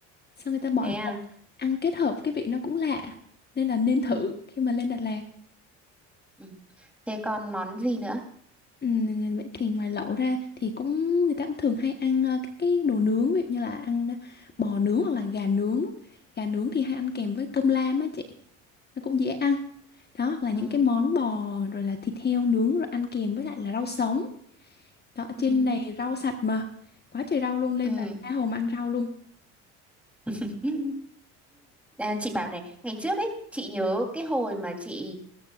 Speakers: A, on the left; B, in the centre.
A: sao người ta bỏ
B: Thế
A: lẩu
B: à?
A: ăn kết hợp cái vị nó cũng lạ nên là nên thử
B: Ừ.
A: khi mà lên Đà Lạt
B: Ừ. Thế còn món gì nữa?
A: Ừm, vậy thì ngoài lẩu ra thì cũng người ta cũng thường hay ăn ờ, các cái đồ nướng ví dụ như là ăn bò nướng hoặc là gà nướng gà nướng thì hay ăn kèm với cơm lam á chị nó cũng dễ ăn đó hoặc là
B: Ừ.
A: những cái món bò rồi là thịt heo nướng rồi ăn kèm với lại là rau sống Đó,
B: Ừ.
A: trên này rau sạch mà. Quá trời rau luôn nên
B: Ừ.
A: là tha hồ mà ăn rau luôn.
B: <laughs> À, chị bảo này, ngày trước ấy, chị nhớ cái hồi mà chị